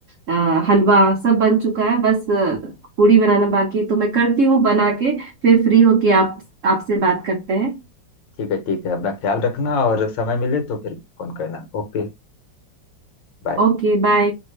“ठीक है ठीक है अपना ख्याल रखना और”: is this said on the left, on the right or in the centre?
Left